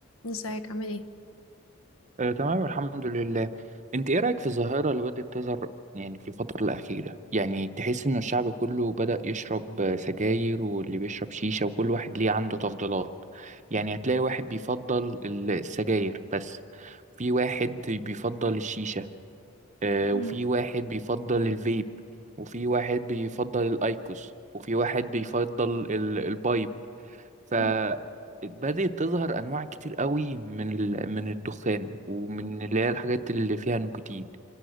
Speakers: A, on the left (about 70°); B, on the right (about 35°).
A: ازيك عامل ايه
B: آه، تمام الحمد لله انت ايه رأيك في الظاهرة اللي بدأت تظهر يعني في الفترة الأخيرة يعني تحس ان الشعب كله بدأ يشرب آه، سجاير واللي بيشرب شيشة وكل واحد ليه عنده تفضيلات يعني هتلاقي واحد بيفضل السجاير بس في واحد بيفضل الشيشة آه،
A: مم.
B: وفي واحد بيفضل الفيب وفي واحد بيفضل الأيكوس وفي واحد بيفضل ال- البايب فبدأت
A: مم.
B: تظهر أنواع كتير قوي من ال... من الدخان ومن اللي هي الحاجات اللي فيها نيكوتين